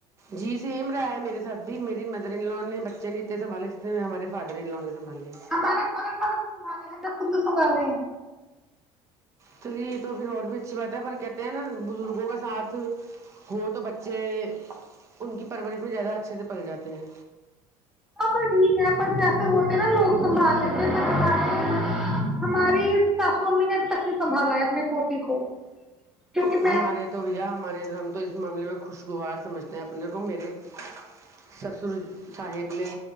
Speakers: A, on the right (about 30°); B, in the centre.
A: جی سیم رائے ہے میرے ساتھی میری مدر ان ل نے بچے نے اتنے سنبالے جتنے ہمارے فادر ان ل نے سنبھالے ہیں
B: ہمارے ک سنبھالے ہم نے خ سبے ہیں
A: چھر یہ تو پھر اور بھی اچھی بات ہے پر کہتے ہیں نا بزرگوں کا ساتھ ہو تو بچے ان کی پرورش میں زیادہ اچھے سے پل جاتے ہیں
B: ہاں پر ٹھیک ہے پر جیسے ہوتے نا لوگ سنبھال لیتے پر ہم ہماری ساسو امی نے ابھی تک نہیں سنبھالا ہے اپنی پوٹی کو کیونکہ
A: ہمارے
B: میں
A: تو بھیا ہمارے ہم تو اس معاملے میں خوشگوار سمجھتے ہیں اپنے کو میرے سسر صاحب نے